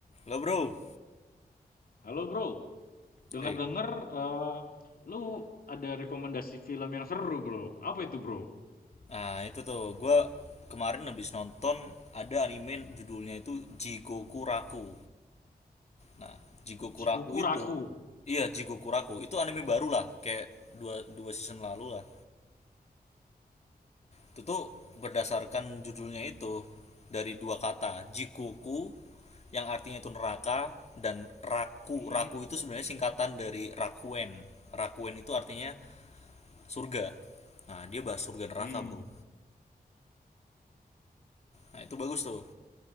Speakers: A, on the left; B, on the left.
A: Lo bro,
B: Halo bro, denger-denger
A: eh,
B: eh, lu ada rekomendasi film yang seru bro. Apa itu bro?
A: nah itu tuh, gue kemarin habis nonton ada anime judulnya itu Jigoku Raku. Nah, Jigoku
B: Cikuku
A: Raku itu,
B: Raku.
A: iya Jigoku Raku, itu anime baru lah, kayak dua, dua season lalu lah. Itu tuh berdasarkan judulnya itu dari dua kata, Jigoku yang artinya itu neraka dan Raku.
B: Hmm,
A: Raku itu sebenarnya singkatan dari Rakuen. Rakuen itu artinya surga. Nah, dia bahas surga neraka,
B: hmm,
A: bro. Nah, itu bagus tuh.